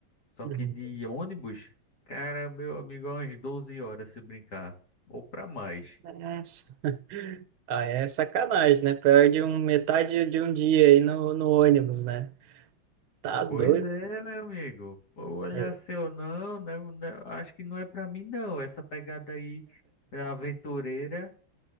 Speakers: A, on the left; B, on the right.
A: Só
B: uhum.
A: que de ônibus, cara, meu amigo, é umas 12 horas se brincar, ou para mais.
B: Nossa. <laughs> Ah, é sacanagem, né? Perde um, metade de um dia aí no, no ônibus, né? Tá doido.
A: Pois é, meu amigo. Olha
B: É,
A: seu, não, né? né, Acho que não é para mim, não. Essa pegada aí é aventureira.